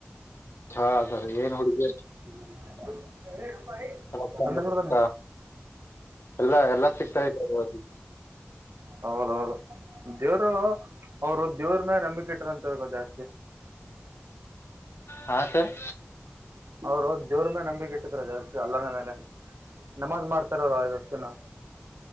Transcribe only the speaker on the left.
ಹಾ ಸರ್ ಏನ್ ಹುಡುಗಿ
ರೊಕ್ಕಾನು
ರೊಕ್ಕ
ಎಲ್ಲಾ ಎಲ್ಲಾ ಸಿಗ್ತಾ ಇದ್ದಾರೆ ಅವ್ರಿಗೆ.
ಹಾ ಸರ್